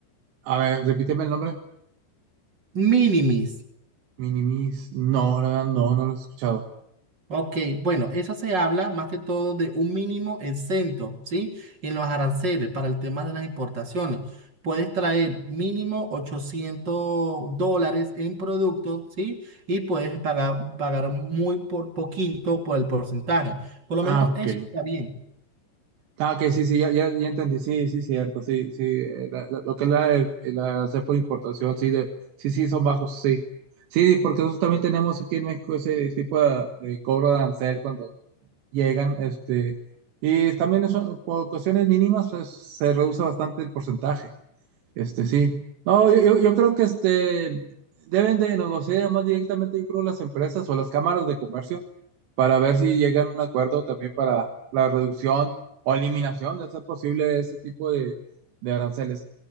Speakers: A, on the right; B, on the right.
A: A ver, repíteme el nombre.
B: Minimis.
A: Minimis. No, la verdad, no, no lo he escuchado.
B: Ok, bueno, eso se habla más que todo de un mínimo exento, ¿sí? En los aranceles para el tema de las importaciones. Puedes traer mínimo 800 dólares en productos, ¿sí? Y puedes pagar, pagar muy por poquito por el porcentaje. Por lo
A: Ah,
B: menos eso
A: ok.
B: está bien.
A: Ah, ok, sí, sí, ya, ya, ya entendí, sí, sí, cierto, sí, sí, eh, la- la- lo que es la, de- la hacer por importación, sí, de, sí, sí, son bajos, sí. Sí, porque nosotros también tenemos aquí en México ese tipo de, de cobro de arancel cuando llegan, este, y también eso, por cuestiones mínimas, pues, se reduce bastante el porcentaje. Este sí. No, yo, yo- yo creo que este deben de negociar más directamente, yo creo, las empresas o las cámaras de comercio para ver si llegan a un acuerdo también para la reducción o eliminación de ser posible ese tipo de, de aranceles.